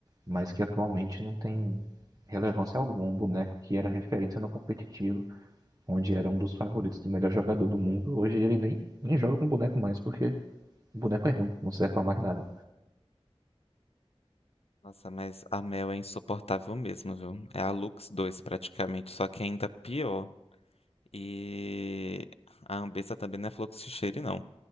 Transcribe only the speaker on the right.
mas que atualmente não tem relevância alguma. É Um boneco que era referência no competitivo, onde era um dos favoritos do melhor jogador do mundo, hoje ele nem, nem joga com boneco mais, porque o boneco é ruim, não serve para mais nada.